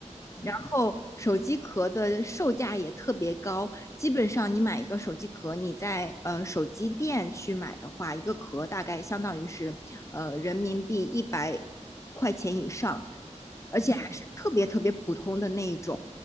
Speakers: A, on the right; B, on the left.
A: 嗯
B: 然后手机壳的售价也特别高，基本上你买一个手机壳，你在呃手机店去买的话，一个壳大概相当于是呃人民币一百块钱以上，而且还是特别特别普通的那一种，
A: 嗯嗯，